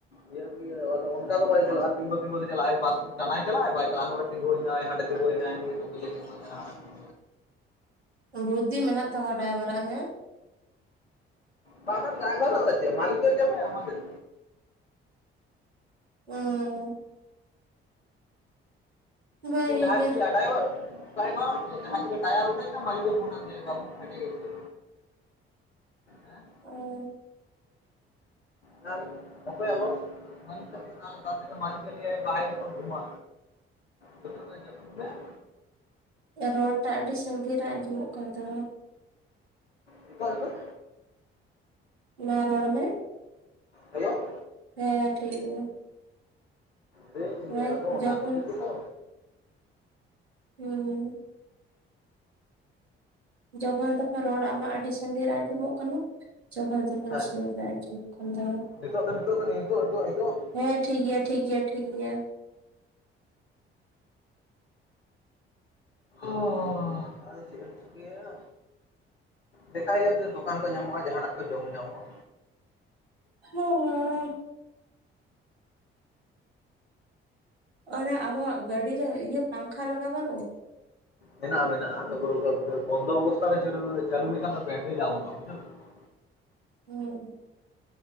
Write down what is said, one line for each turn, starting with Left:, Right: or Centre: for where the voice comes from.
Left: ᱧᱮᱞᱵᱤ ᱟᱫᱚ ᱚᱱᱠᱟ ᱫᱚ ᱵᱟᱭ ᱪᱟᱞᱟᱜᱼᱟ ᱛᱤᱜᱩ ᱛᱤᱜᱩ ᱛᱮ ᱪᱟᱞᱟᱜᱼᱟᱭ ᱵᱟᱥ ᱴᱟᱱᱟᱭ ᱪᱟᱞᱟᱜᱼᱟ ᱵᱟᱭ ᱪᱟᱞᱟᱜᱼᱟ ᱱᱚᱰᱮ ᱛᱤᱸᱜᱩᱭ ᱱᱟᱭ ᱦᱟᱸᱰᱮᱜ ᱛᱤᱸᱜᱩᱭ ᱱᱟᱭ ᱱᱤᱭᱟᱹ <unintelligible>
Right: ᱵᱩᱫᱫᱷᱤ ᱢᱮᱱᱟᱜ ᱛᱟᱢᱟ ᱰᱟᱭᱵᱷᱟᱨᱟᱜ ᱦᱮᱸ
Left: ᱵᱟᱝᱠᱷᱟᱱ ᱰᱨᱟᱭᱵᱷᱟᱨ ᱫᱚ ᱟᱫᱚ ᱪᱮᱫ ᱢᱟᱞᱤᱠ ᱴᱷᱮᱫ ᱮᱢ ᱡᱟᱢᱟᱭᱟ ᱟᱢᱟᱫᱮᱨ
Right: ᱩᱸ ᱵᱷᱟᱜᱮ
Left: ᱡᱮᱫᱤ ᱡᱟᱦᱟᱸ
Right: ᱜᱮ
Left: ᱪᱤᱠᱟᱹ ᱟᱭ ᱰᱟᱭᱵᱟᱨ ᱰᱟᱭᱵᱟᱨ ᱟᱜ ᱫᱚ ᱪᱮᱫ ᱡᱟᱦᱟᱸ ᱪᱤᱠᱟᱹ ᱴᱟᱭᱟᱨ ᱚᱴᱮᱡᱱᱟ ᱢᱟᱹᱞᱤᱠᱮ ᱯᱷᱳᱱ ᱟᱫᱤᱭᱟ ᱵᱟᱵᱩ ᱯᱷᱟᱴᱮ ᱜᱮᱪᱷᱮ᱾ ᱦᱮᱸ
Right: ᱚ
Left: ᱛᱟᱦᱞᱮ ᱚᱠᱚᱭᱟᱜ ᱞᱚᱥ ᱢᱟᱹᱞᱤᱠᱟᱜ ᱜᱮ ᱛᱟᱨ ᱛᱟᱨᱛᱷᱮᱠᱮ ᱢᱟᱞᱤᱠᱮ ᱞᱟᱹᱭᱟᱭ ᱵᱷᱟᱹᱭ ᱮᱠᱷᱚᱱ ᱜᱷᱩᱢᱟ ᱡᱟᱹᱯᱤᱫᱽ ᱢᱮᱸ ᱡᱟᱹᱯᱤᱫᱽ ᱢᱮᱸ
Right: ᱨᱚᱲ ᱴᱟᱜ ᱟᱹᱰᱤ ᱥᱟᱺᱜᱤᱧ ᱨᱮ ᱟᱸᱡᱚᱢᱚᱜ ᱠᱟᱱ ᱛᱟᱢᱟ
Left: ᱱᱤᱛᱚᱜ ᱱᱤᱛᱚᱜ
Right: ᱢᱟᱸ ᱨᱚᱲ ᱢᱮ
Left: ᱦᱮᱞᱳ
Right: ᱦᱮᱸ ᱴᱷᱤᱠ ᱜᱮᱭᱟ
Left: ᱞᱟᱹᱭᱫᱟᱹᱧ
Right: ᱦᱮᱸ
Left: ᱟᱫᱚ ᱚᱱᱟ
Right: ᱡᱚᱠᱷᱚᱱ
Left: ᱠᱷᱟᱹᱛᱤᱨ ᱜᱮᱛᱚ
Right: ᱦᱩᱸ ᱡᱚᱠᱷᱚᱱ ᱛᱚᱠᱷᱚᱱ ᱨᱚᱲ ᱟᱢᱟᱜ ᱟᱹᱰᱤ ᱥᱟᱸᱜᱤᱧ ᱨᱮ ᱟᱸᱡᱚᱢᱚᱜ ᱠᱟᱱᱟ ᱡᱚᱠᱷᱚᱱ ᱡᱟ ᱠᱚᱱ
Left: ᱦᱮᱸ
Right: ᱥᱚᱢᱚᱭ ᱫᱚ ᱟᱸᱡᱚᱢᱚᱜ ᱠᱟᱱ ᱛᱟᱢᱟ
Left: ᱱᱤᱛᱚᱜ ᱫᱚ ᱱᱤᱛᱚᱜ ᱫᱚ ᱱᱤᱛᱚᱜ ᱱᱤᱛᱚᱜ ᱱᱤᱛᱚᱜ
Right: ᱦᱮᱸ ᱴᱷᱤᱠ ᱜᱮᱭᱟ ᱴᱷᱤᱠ ᱜᱮᱭᱟ ᱴᱷᱤᱠ ᱜᱮᱭᱟ
Left: ᱚᱻ ᱟᱫᱚ ᱪᱮᱫ ᱮᱢ ᱪᱤᱠᱟᱭᱟ ᱫᱮᱠᱟᱭᱟ ᱡᱟᱠ ᱫᱚᱠᱟᱱ ᱠᱚ ᱧᱟᱢᱚᱜᱼᱟ ᱡᱟᱦᱟᱱᱟᱜ ᱠᱚ ᱡᱚᱢ ᱧᱟᱢᱚᱜᱼᱟ
Right: ᱦᱮᱸᱻ ᱚᱱᱟ ᱟᱢᱟᱜ ᱜᱟᱹᱰᱤ ᱨᱮ ᱤᱭᱟᱹ ᱯᱟᱝᱠᱷᱟ ᱞᱟᱜᱟᱣ ᱵᱟᱱᱩᱜᱼᱟ?
Left: ᱢᱮᱱᱟᱜᱼᱟ ᱢᱮᱱᱟᱜᱼᱟ ᱟᱫᱚ ᱵᱚᱱᱫᱚ ᱚᱵᱚᱥᱛᱛᱟ ᱨᱮ ᱪᱟᱹᱞᱩ ᱞᱮᱠᱷᱟᱱ ᱫᱚ ᱵᱮᱴᱨᱤ ᱰᱟᱣᱩᱱᱚᱜᱼᱟ ᱵᱩᱡᱷᱟᱹᱣ ᱠᱮᱫᱟ
Right: ᱦᱩᱸ